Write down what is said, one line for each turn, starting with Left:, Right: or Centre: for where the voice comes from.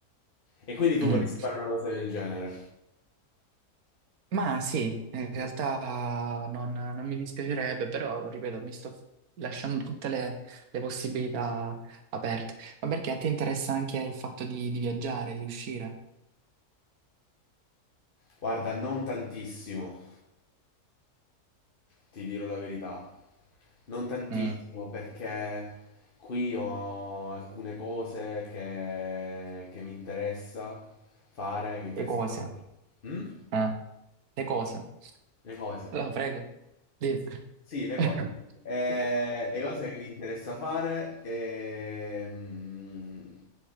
Left: E quindi tu
Right: Mm.
Left: vorresti fare una cosa del genere?
Right: Ma sì, in realtà non, non mi dispiacerebbe, però ripeto, mi sto lasciando tutte le, le possibilità aperte. Ma perché a te interessa anche il fatto di, di viaggiare, di uscire?
Left: Guarda, non tantissimo, ti dirò la verità. Non tantissimo,
Right: Mm.
Left: perché qui ho alcune cose che, che mi interessa fare, che mi interessa.
Right: Le cose,
Left: Mm?
Right: eh, le cose.
Left: Le cose.
Right: Allora, prego. Dì.
Left: Sì, le
Right: <laughs>
Left: cose. Eh, le cose che mi interessa fare ehm,